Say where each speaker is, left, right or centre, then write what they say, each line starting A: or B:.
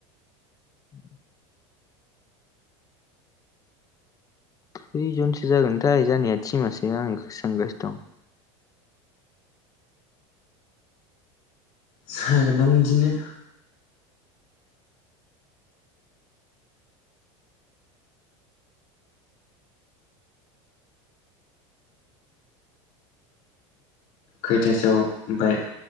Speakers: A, on the left (about 20°); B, on the left (about 55°).
A: <inaudible> खैजनसो जागोनथाय जानाया थिमासो आं इखौसो सानगासिनो दं
B: जागोनदां बिदिनो खैथासोआव ओमफ्राय